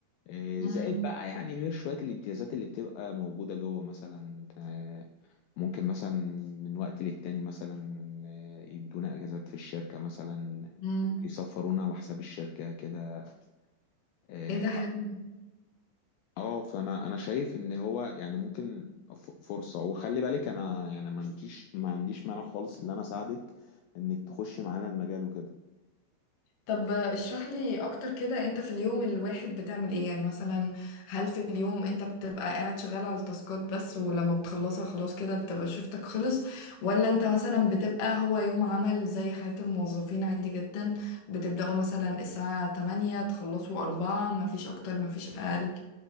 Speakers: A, on the left (about 80°); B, on the left (about 60°).
A: آه،
B: امم
A: زائد بقى يعني غير شوية الامتيازات اللي بتبقى موجودة جوه مثلا آه، ممكن مثلا من وقت للتاني مثلا آه، يدونا اجازات في الشركة مثلا
B: امم
A: يسفرونا على حساب الشركة كده اه
B: ايه ده حلو
A: آه، فانا انا شايف ان هو يعني ممكن ف- فرصة وخلي بالك انا يعني ما عنديش ما عنديش مانع خالص ان انا اساعدك انك تخشي معانا المجال وكده
B: طب اشرح لي اكتر كده انت في اليوم الواحد بتعمل ايه يعني مثلا هل في اليوم انت بتبقى قاعد شغال على التاسكات بس ولما بتخلصها خلاص كده بتبقى شفتك خلص ولا انت مثلا بتبقى هو يوم عمل زي حياة الموظفين عادي جدا بتبدأوا مثلا الساعة 8 تخلصوا 4 مفيش اكتر مفيش اقل